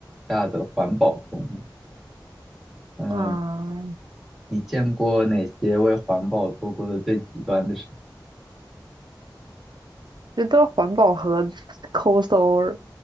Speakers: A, in the centre; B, on the right (about 65°).
A: 大的环保风嘛。那么，
B: 嗯，
A: 你见过哪些为环保做过的最极端的事？
B: 觉得环保和抠搜儿，